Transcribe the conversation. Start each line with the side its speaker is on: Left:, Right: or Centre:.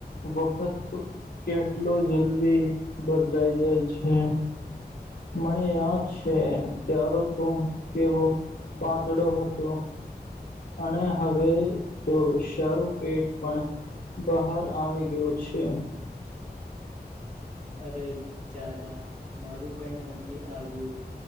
Left: વખત કેટલો જલ્દી બદલાઈ જાય છે, મને યાદ છે, તારતું કેવો પાતળો હતો. અને હવે તો સારું પેટ પણ, બહાર આવી ગયો છે,
Right: અરે જાજા મારું પેન્ટ નથી આવ્યું,